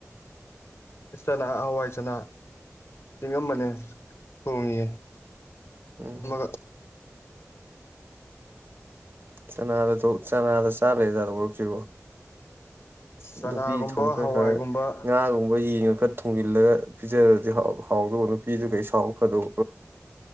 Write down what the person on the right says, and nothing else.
ꯎꯝ
ꯆꯅꯥꯗꯦ ꯆꯅ ꯑꯗ ꯆꯂꯦꯖꯔꯦ ꯕ
ꯅꯨꯄꯤ ꯊꯣꯡ ꯈꯔ
ꯈꯔ ꯉꯥꯒꯨꯝꯕ ꯌꯦꯡꯉꯨ ꯏꯐꯠ ꯊꯨꯡꯖꯤꯜꯂꯒ ꯄꯤꯖꯔꯗꯤ ꯍꯥꯎꯗꯕ ꯅꯨꯄꯤꯗꯨꯒꯩ ꯁꯥꯎꯕ ꯐꯗꯣꯛ